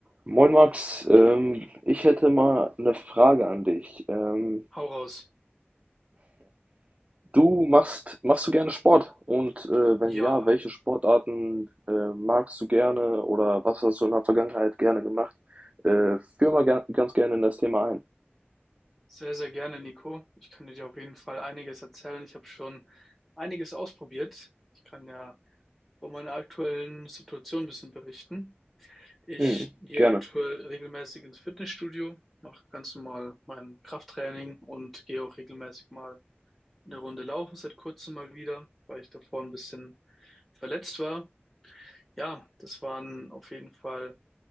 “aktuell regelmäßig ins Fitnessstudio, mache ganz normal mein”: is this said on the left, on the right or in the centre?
Centre